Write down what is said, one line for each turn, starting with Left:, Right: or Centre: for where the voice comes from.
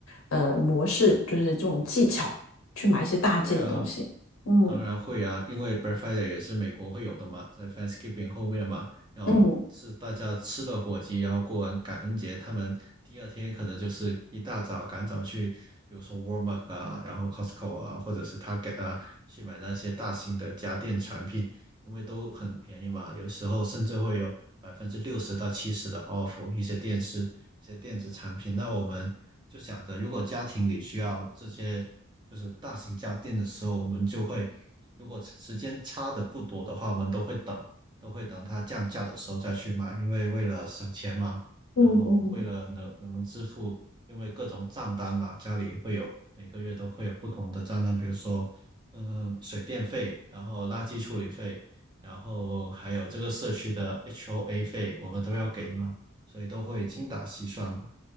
Left: 呃模式，就是这种技巧去买一些大件的东西？
Right: 会啊，
Left: 嗯
Right: 当然会啊，因为 Black Friday 也是美国会有的嘛，在 Thanksgiving 后面嘛，然后是大家吃了火鸡，
Left: 嗯。
Right: 然后过完感恩节，他们第二天可能就是一大早赶早去，比如说 Walmart 啊，然后 Costco 啊，或者是 Target 啊，去买那些大型的家电产品，因为都很便宜嘛，有时候甚至会有百分之六十到七十的 off 一些电视、一些电子产品。那我们就想着，如果家庭里需要这些就是大型家电的时候，我们就会，如果时间差的不多的话，我们都会等，都会等它降价的时候再去买，因为为了省钱嘛，
Left: 嗯嗯，
Right: 然后为了能能支付，因为各种账单嘛，家里会有每个月都会有不同的账单，比如说，嗯、水电费，然后垃圾处理费，然后还有这个社区的 HOA 费，我们都要给嘛，所以都会精打细算嘛。